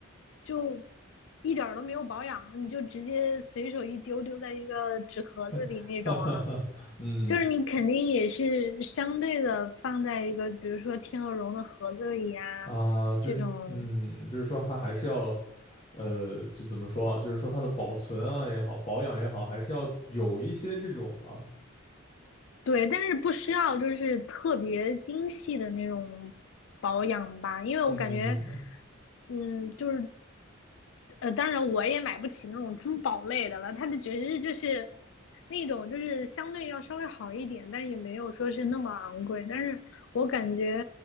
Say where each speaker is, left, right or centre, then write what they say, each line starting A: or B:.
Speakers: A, on the left (about 65°); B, on the left (about 30°).
A: 就一点儿都没有保养，你就直接随手一丢丢在一个纸盒子里那种啊，
B: <laughs> 哈哈哈，嗯
A: 就是你肯定也是相对的放在一个，比如说天鹅绒的盒子里呀、
B: 啊，就是嗯，
A: 这种
B: 就是说它还是要，呃，就怎么说啊，就是说它的保存啊也好，保养也好，还是要有一些这种啊，
A: 对，但是不需要就是特别精细的那种保养吧，因为我感觉，
B: 嗯
A: 嗯，就是呃，当然我也买不起那种珠宝类的了，它的只是就是那种就是相对要稍微好一点，但也没有说是那么昂贵。但是我感觉，